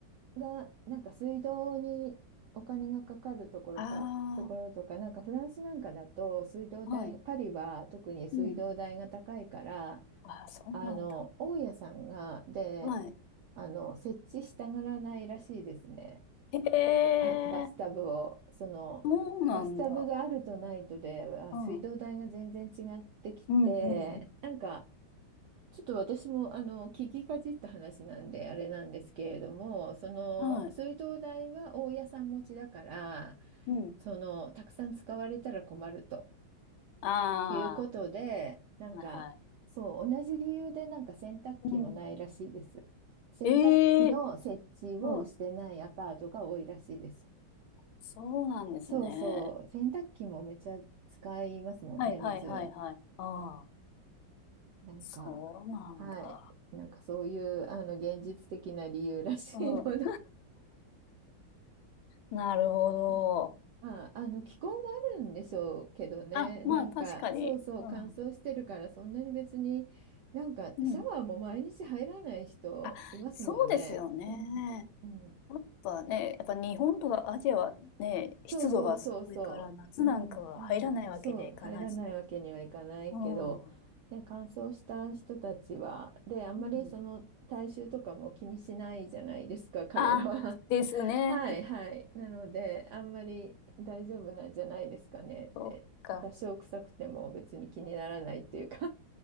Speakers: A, on the right; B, on the left.
A: がなんか水道にお金がかかるところかところとかなんかフランスなんかだと水道代パリは特に水道代が高いから
B: ああ、はい。うん。ああ、そうなんだ。
A: あの大家さんがで
B: はい。
A: あの設置したがらないらしいですね
B: へえ、
A: ばあバスタブをそのバスタブがあるとないとであ水道代が全然違ってきてなんか
B: そうなんだ。うん。うん、うん、うん。
A: ちょっと私もあの聞きかじった話なんであれなんですけれどもその水道代は大家さん持ちだから
B: はい。うん。
A: そのたくさん使われたら困ると
B: あ
A: いうことでなんかそう同じ理由でなんか洗濯機もないらしいです。
B: あ、はい、はい。うん。
A: 洗濯機の設置をしてないアパートが多いらしいです。
B: ええ、うん。そうなんですね。
A: そうそう洗濯機もめっちゃ使いますもんね水。
B: はい、はい、はい、はい。ああ、
A: なんか、
B: そうなんだ。
A: はい。なんかそういう、あの、現実的な理由らしいので
B: うん。なるほど。
A: <laughs> まあ、あの気候もあるんでしょうけどね、
B: あ、まあ、
A: なんかそうそう乾燥してるからそんなに別になんかシャワーも毎日入らない人いますもんね。
B: 確かに。うん。うん。あ、そうですよね。
A: うん、うん
B: やっぱね、やっぱ日本とかアジアはね、湿度がすごいから、
A: そうそうそうそう。
B: 夏なんかは入らないわけにはいかないですよね。
A: うんうん。そう、入らないわけにはいかないけど、
B: うん。う
A: ね、乾燥した人たちは、で、あんまりその体臭とかも気にしないじゃないですか、
B: ん。
A: 彼らは。
B: あ、ですね。
A: <laughs> はいはい。なので、あんまり大丈夫なんじゃないですかね。
B: そっか。
A: え多少臭くても別に気にならないっていうか